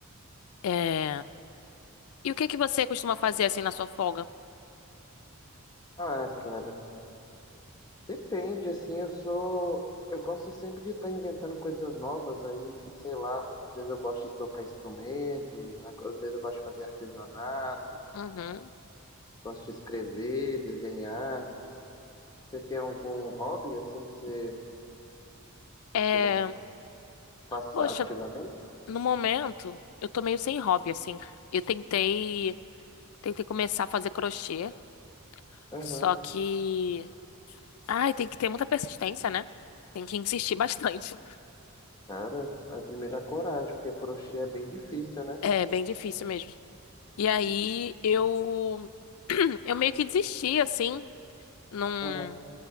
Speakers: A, on the left (about 75°); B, on the left (about 15°).
A: é, e o que que você costuma fazer assim na sua folga?
B: Ah, cara. Depende, assim, eu sou. Eu gosto sempre de estar inventando coisas novas, aí, sei lá, às vezes eu gosto de tocar instrumento, ag- às vezes eu gosto de fazer artesanato,
A: Uhum.
B: gosto de escrever, desenhar. Você tem algum hobby, assim, que você,
A: É,
B: que você faça
A: poxa,
B: ativamente?
A: no momento eu tô meio sem hobby assim. Eu tentei, tentei começar a fazer crochê,
B: Aham.
A: só que, ai, tem que ter muita persistência, né? Tem que insistir <laughs> bastante.
B: Cara, admira a coragem, porque crochê é bem difícil, né?
A: É bem difícil mesmo. E aí eu <clears throat> eu meio que desisti assim, não
B: Aham.